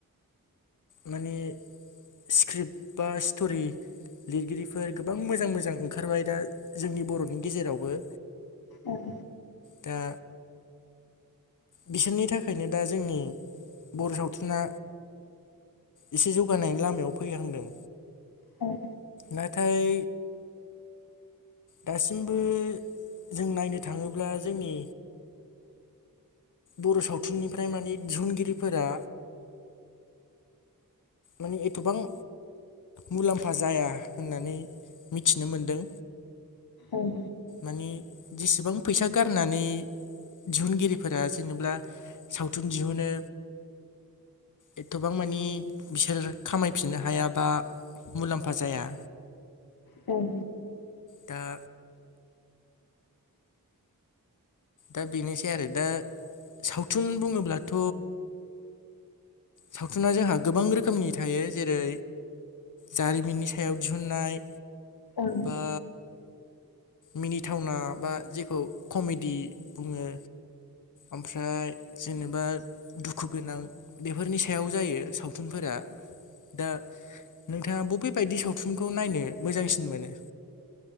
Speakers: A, on the left; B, on the left.
A: माने स्क्रिप्ट बा स्ट'रि लिरगिरिफोर गोबां मोजां मोजां ओंखारबाय दा जोंनि बर'नि गेजेरावबो
B: ओं
A: दा बिसोरनि थाखायनो दा जोंनि बर' सावथुना एसे जौगानायनि लामायाव फैहांदों
B: ओं
A: नाथाय दासिमबो जों नायनो थाङोब्ला जोंनि बर' सावथुननिफ्राय माने दिहुनगिरिफोरा माने एथ'बां मुलाम्फा जाया होननानै मिथिनो मोनदों
B: ओं
A: माने जेसेबां फैसा गारनानै दिहुनगिरि फोरा जेनेबा सावथुन दिहुनो एथबां मानि बिसोर खामायफिननो हायाबा मुलाम्फा जाया
B: औ
A: दा दा बेनोसै आरो दा सावथुन बुङोब्लाथ सावथुना जोंहा गोबां रोखोमनि थायो जेरै जारिमिननि सायाव दिहुननाय
B: ओं
A: बा मिनिथावना बा जेखौ कमेडि बुङो ओमफ्राय जेनेबा दुखु गोनां बेफोरनि सायाव जायो सावथुनफोरा दा नोंथाङा बबे बायदि सावथुनखौ नायनो मोजांसिन मोनो